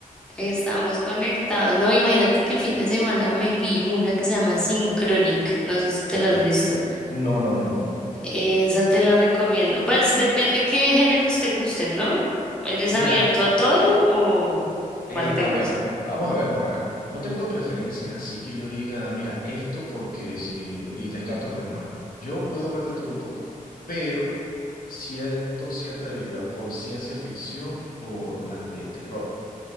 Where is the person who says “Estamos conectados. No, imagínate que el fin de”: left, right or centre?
Centre